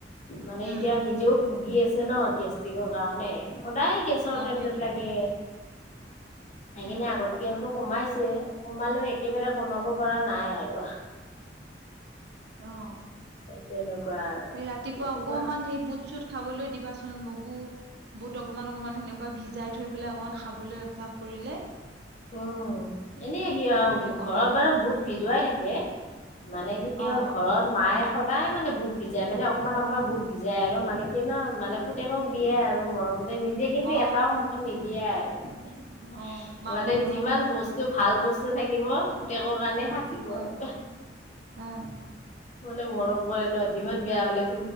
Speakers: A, on the left; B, on the right.
A: মানে
B: উম
A: এতিয়া নিজেও ভুগি আছে ন' গেষ্ট্ৰিকৰ কাৰণে সদায় গেছৰ
B: অ
A: টেবলেট
B: সেইটোৱে
A: লাগে সেইকাৰণে
B: উম
A: আগতকৈ বোলো কমাইছে কমালেও একেবাৰে কমাব পৰা নাই আৰু
B: অ',
A: তেনেকুৱা আৰু
B: সেই ৰাতিপুৱা
A: কি ক'বা
B: অকমান
A: আৰু
B: সেই বুট চুট খাবলৈ দিবাচোন মগু বুট অকমান অকমান সেনেকুৱা ভিজাই থৈ পেলাই অকমান খাবলৈ অভ্যাস কৰিলে
A: উম এনে সি
B: সেইটোৱে
A: আৰু
B: কামত
A: ঘৰত
B: দিব
A: বাৰু বুট ভিজুৱাই থাকে মানে কি হয়
B: অ
A: ঘৰত মায়ে সদায় মানে বুট ভিজাই মানে অকমান অকমান বুট ভিজাই আৰু মানে কি না মানে পুতেকক দিয়ে আৰু মৰম মানে নিজে কিন্তু
B: অ
A: এটাও মুখত নিদিয়ে আৰু
B: অ মাকৰ
A: মানে
B: মৰম
A: যিমান
B: আৰু
A: বস্তু ভাল বস্তু থাকিব পুতেকৰ কাৰণে সাঁচিব <inaudible> আৰু
B: অ অ
A: মানে মৰম কৰে ন' যিমান বেয়া হ'লে